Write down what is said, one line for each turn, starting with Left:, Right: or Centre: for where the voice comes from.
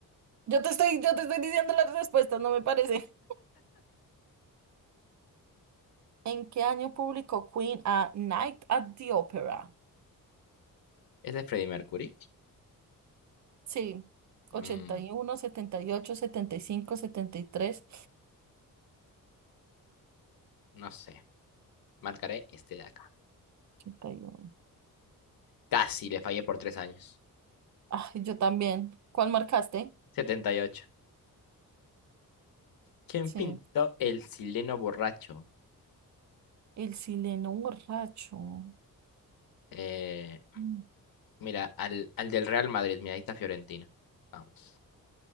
Right: Yo te estoy, yo te estoy diciendo las respuestas, no me parece. ¿En qué año publicó Queen a Night at the Opera?
Left: ¿Es de Freddie Mercury?
Right: Sí, ochenta
Left: Mm,
Right: y y y uno, setenta setenta setenta ocho, cinco, setenta y tres,
Left: no sé. Marcaré este de acá.
Right: ochenta y uno.
Left: Casi le fallé por tres años.
Right: Ay, yo también. ¿Cuál marcaste?
Left: setenta y ocho ¿Quién
Right: Sí,
Left: pintó el sileno borracho?
Right: el sileno borracho.
Left: Eh,
Right: Mm.
Left: mira, al, al del Real Madrid. Mira, ahí está Fiorentina. Vamos.